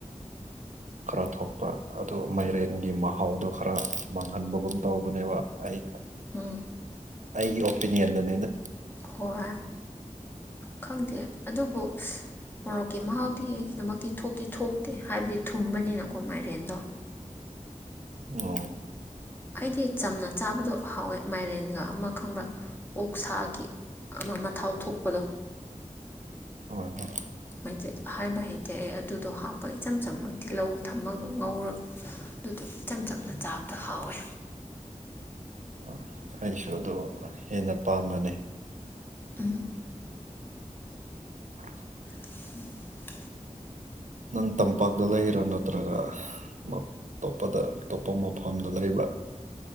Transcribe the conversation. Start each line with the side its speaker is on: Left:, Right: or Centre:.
Right: ꯈꯔ ꯊꯣꯛꯄ ꯑꯗꯨ ꯃꯥꯏꯔꯦꯟꯒꯤ ꯃꯍꯥꯎꯗꯣ ꯈꯔ ꯃꯥꯡꯍꯟꯕꯒꯨꯝ ꯇꯧꯕꯅꯦꯕ ꯑꯩ
Left: ꯎꯝ
Right: ꯑꯩꯒꯤ ꯑꯣꯄꯤꯅꯤꯌꯟꯗꯅꯤꯅ
Left: ꯍꯣꯏ ꯈꯪꯗꯦ ꯑꯗꯨꯕꯨ ꯃꯣꯔꯣꯛꯀꯤ ꯃꯍꯥꯎꯗꯤ ꯑꯩꯒꯤꯗꯃꯛꯇꯤ ꯊꯣꯛꯇꯤ ꯊꯣꯛꯇꯦ ꯍꯥꯏꯕꯗꯤ ꯊꯨꯝꯕꯅꯤꯅꯀꯣ ꯃꯥꯏꯔꯦꯟꯗꯣ
Right: ꯑꯣ
Left: ꯑꯩꯗꯤ ꯆꯝꯅ ꯆꯥꯕꯗꯣ ꯍꯥꯎꯋꯦ ꯃꯥꯏꯔꯦꯟꯒ ꯑꯃ ꯈꯪꯕ꯭ꯔꯥ ꯑꯣꯛꯁꯥꯒꯤ ꯑꯃ ꯃꯊꯥꯎ ꯊꯣꯛꯄꯗꯣ
Right: ꯍꯣꯏ ꯍꯣꯏ
Left: ꯃꯩꯗꯤꯦ ꯍꯥꯏꯕ ꯍꯩꯇꯦ ꯑꯩ ꯑꯗꯨꯗꯣ ꯍꯥꯞꯄ ꯏꯆꯝ ꯆꯝꯅ ꯇꯤꯜꯍꯧ ꯊꯝꯃꯒ ꯉꯧꯔꯒ ꯑꯗꯨꯗꯣ ꯏꯆꯝ ꯆꯝꯅ ꯆꯥꯕꯗ ꯍꯥꯎꯋꯦ
Right: ꯍꯣꯏ ꯑꯩꯁꯨ ꯑꯗꯨꯣ ꯍꯦꯟꯅ ꯄꯥꯝꯕꯅꯤ
Left: ꯎꯝ
Right: ꯑ
Left: ꯎ
Right: ꯅꯪ ꯇꯝꯄꯒꯤꯂ ꯏꯔꯣ ꯅ ꯅꯠꯇ꯭ꯔꯒꯇꯣꯞꯄꯗ ꯑꯇꯣꯞꯄ ꯃꯐꯝꯗ ꯂꯩꯕ